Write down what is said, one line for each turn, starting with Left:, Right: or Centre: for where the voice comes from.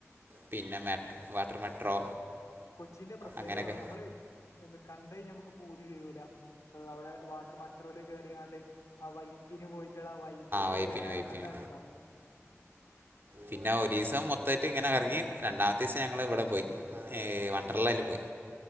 Right: പിന്നെ മട്ര വാട്ടർ മെട്രോ
Left: കൊച്ചിന്റെ പ്രത്യേകത
Right: അങ്ങനൊക്കെ
Left: അതാണ് നമ്മള് എന്ത് കണ്ടേ നമുക്ക് പൂതി തീരൂല അവിടെ വാട്ടർ മെട്രോല് കേയറിയാണ്ട് ആ വൈപ്പിന് പോയിച്ചുള്ള ആ വൈബ് ഒക്കെ
Right: വൈപ്പിന്
Left: അത് വേറെ
Right: വൈപ്പിന്
Left: തന്നെ വൈബാ
Right: പിന്നെ ഒരു ദിവസം മൊത്തമായിട്ട് ഇങ്ങനെ കറങ്ങി രണ്ടാമത്തെ ദിവസം ഞങ്ങൾ ഇവിടെ പോയി ഏ വണ്ടർലേല് പോയി